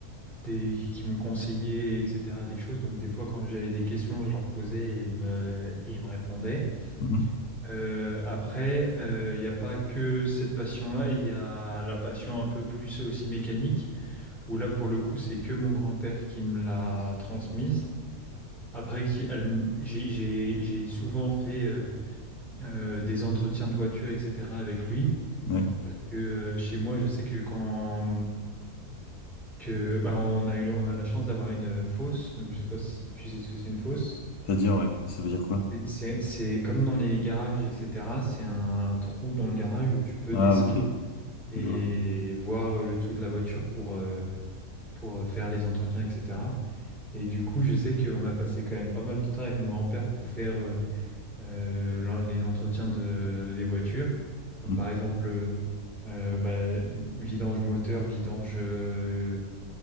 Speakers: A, in the centre; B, on the left.
A: des, qui m'ont conseillé, etc., des choses. Donc, des fois, quand j'avais des questions, je leur posais et ils me, et ils me répondaient.
B: Mhm.
A: Euh, après, euh, il n'y a pas que cette passion-là, il y a la passion un peu plus aussi mécanique, où là, pour le coup, c'est que mon grand-père qui me l'a transmise. Après, qui, elle m- j'ai j'ai- j'ai souvent fait euh, euh, des entretiens de voiture, etc., avec lui.
B: Ouais.
A: Parce que euh, chez moi, je sais que quand que bah, on a eu, on a la chance d'avoir une euh, fosse. Donc, je sais pas si tu sais ce que c'est une fosse.
B: C'est-à-dire, ouais. Ça veut dire quoi?
A: Et C'est c'est comme dans les garages, etc. C'est un trou dans le garage où tu peux
B: Ah,
A: descendre
B: ok.
A: et
B: Je vois.
A: voir euh, le tout de la voiture pour, euh, pour faire les entretiens, etc. Et du coup, je sais qu'on a passé quand même pas mal de temps avec mon grand-père pour faire euh, euh, l'en- les entretiens de, des voitures. Comme
B: Mm.
A: par exemple, euh, euh, bah, vidange moteur, vidange euh,